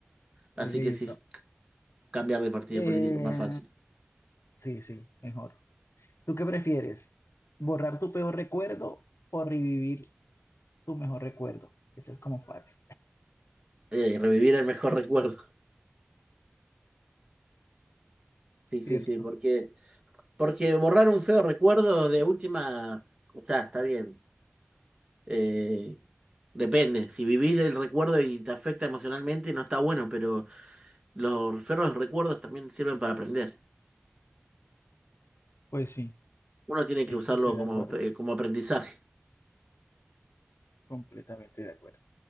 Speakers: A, on the left; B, on the right.
A: Listo.
B: así que sí, cambiar de partido
A: Eh,
B: político, más fácil.
A: sí, sí, mejor. ¿Tú qué prefieres? ¿Borrar tu peor recuerdo o revivir tu mejor recuerdo? Eso es como fácil,
B: Eh, revivir el mejor <laughs> recuerdo. Sí,
A: ¿cierto?
B: sí, sí, porque, porque borrar un feo recuerdo de última, o sea, está bien. Eh, depende, si vivís del recuerdo y te afecta emocionalmente, no está bueno, pero los feos recuerdos también sirven para aprender.
A: Pues sí,
B: Uno tiene
A: sí,
B: que usarlo
A: estoy de
B: como,
A: acuerdo,
B: eh, como aprendizaje.
A: completamente de acuerdo.